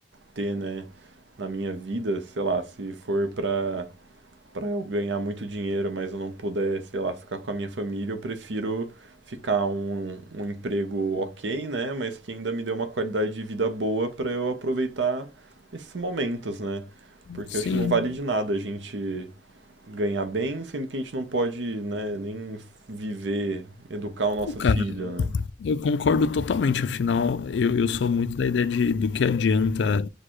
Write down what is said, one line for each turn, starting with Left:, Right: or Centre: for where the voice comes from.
Right: ter, né, na minha vida, sei lá, se for pra para eu ganhar muito dinheiro, mas eu não puder, sei lá, ficar com a minha família, eu prefiro ficar um, um emprego ok, né? Mas que ainda me dê uma qualidade de vida boa para eu aproveitar esses momentos, né? Porque
Left: Sim,
Right: eu acho que não vale de nada a gente ganhar bem, sendo que a gente não pode, né, nem viver, educar o nosso
Left: Não, cara,
Right: filho, né?
Left: eu concordo totalmente. Afinal, eu, eu sou muito da ideia de do que adianta